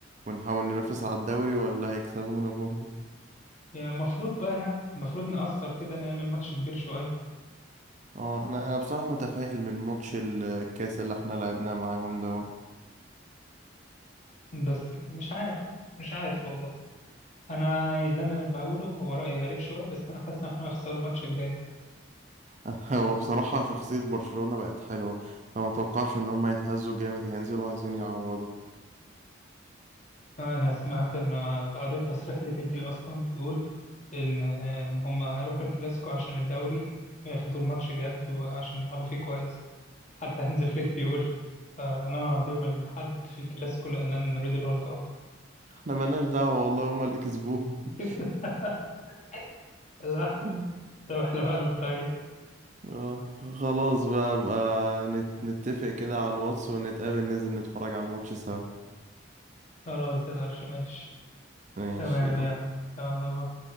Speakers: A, on the right; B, on the left.
A: ونحاول ننافس على الدوري ولا هيكسبونا برضو
B: يعني المفروض بقى يعني المفروض نأثر كده نعمل ماتش كبير شوية
A: اه احنا انا بصراحة متفائل من ماتش الكاس اللي احنا لعبناه معاهم ده
B: بس مش عارف مش عارف والله انا اللي انا بقوله هو راي غريب شويه بس انا حاسس ان احنا هنخسر الماتش الجاي
A: <laughs> هو بصراحة شخصية برشلونة بقت حلوة فما توقعش ان هم يتهزوا جامد هينزلوا عايزين يعوضوا
B: انا سمعت ان قريت تصريح لبدري اصلا بيقول ان ان هم هيروحوا الكلاسيكو عشان الدوري ياخدوا الماتش جد وعشان يلعبوا فيه كويس حتى <laughs> هانز فليك بيقول سننهض يوم الاحد في الكلاسيكو لاننا نريد الالقاب
A: احنا ملناش دعوة والله هم اللي كسبوهم
B: <laughs> لا
A: <laughs>
B: طب احنا مالنا طيب
A: آه، خلاص بقى بقى نت- نتفق كده على الواتس ونتقابل ننزل نتفرج على الماتش سوا
B: خلاص يا درش ماشي
A: ماشي
B: تمام
A: يلا
B: يلا يلا باي.